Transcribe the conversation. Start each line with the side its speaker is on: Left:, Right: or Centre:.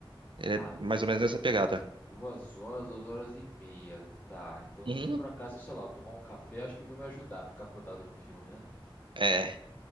Right: Ele
Left: Tá,
Right: é mais
Left: duas,
Right: ou menos nessa pegada.
Left: duas horas, duas horas e meia. Tá, então
Right: Uhum.
Left: se por acaso, sei lá, eu tomar um café, acho que vai me ajudar a ficar acordado no filme, né?
Right: É,